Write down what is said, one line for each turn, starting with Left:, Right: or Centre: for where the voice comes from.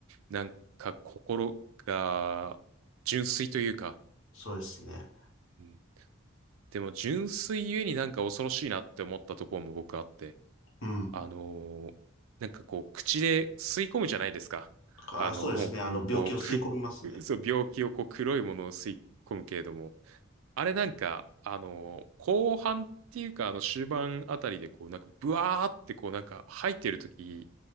Right: なんか心が純粋というか、
Left: そうですね。
Right: うんでも純粋ゆえになんか恐ろしいなって思ったところも僕あって、
Left: うん。
Right: あのーなんかこう、口で吸い込むじゃないですか。
Left: あ、
Right: あの、
Left: そうですね。
Right: <laughs>
Left: あの、病気を吸い込みますね。
Right: こう、く、<laughs> そう、病気をこう、黒いものを吸い込むけれども、あれなんか、あのー後半っていうか、あの、終盤あたりでこう、なんか、ブワーってこう、なんか、吐いてるとき、